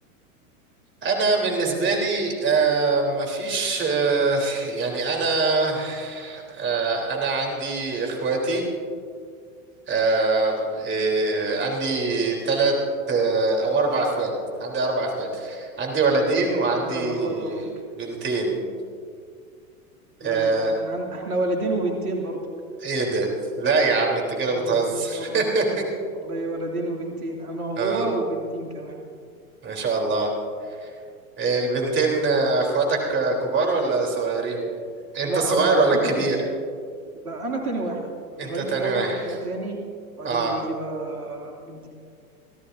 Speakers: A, on the right; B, on the right.
A: انا بالنسبه لي آه، مفيش آه، يعني انا آه، انا عندي اخواتي آه، آه، عندي ثلاث او اربع اخوات عندي اربع اخوات عندي ولدين وعندي
B: انا عندي اربع اخوات برضك
A: بنتين
B: لا
A: آه،
B: لا لا انا عن... احنا ولدين وبنتين برضك
A: ايه ده لا يا عم انت كده
B: آه والله
A: بتهزر
B: آه والله
A: <laughs>
B: والله ولدين وبنتين انا وهو
A: اه
B: وبنتين كمان
A: ما شاء الله آه، البنتين آه، اخواتك آه، كبار ولا صغيرين انت
B: لا
A: الصغير
B: اصغر
A: ولا
B: انا
A: الكبير
B: لا انا تاني واحد ابراهيم
A: انت تاني
B: الاول
A: واحد
B: انا تاني بعدين
A: اه
B: بيجي بقى بنتي